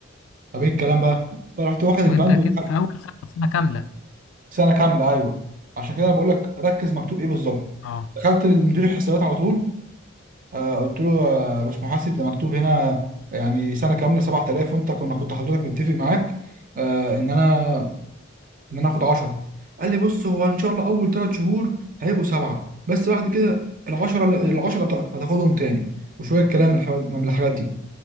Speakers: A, on the right; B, on the left.
A: طب ايه الكلام بقى فرحت واخد البند
B: وانت كده
A: واتحرك.
B: في اول سنه سنه كامله
A: سنه كامله ايوه عشان كده انا بقول لك ركز مكتوب ايه بالظبط
B: اه
A: دخلت للمدير الحسابات على طول آه، قلت له يا باش محاسب ده مكتوب هنا يعني سنه كامله 7000 وانت كنا كنت حضرتك متفق معاك آه، ان انا ان انا اخد 10 قال لي بص هو ان شاء الله اول ثلاث شهور هيبقوا سبعه بس بعد كده ال 10 ال 10 هتاخدهم تاني وشويه كلام من الحاجات من الحاجات دي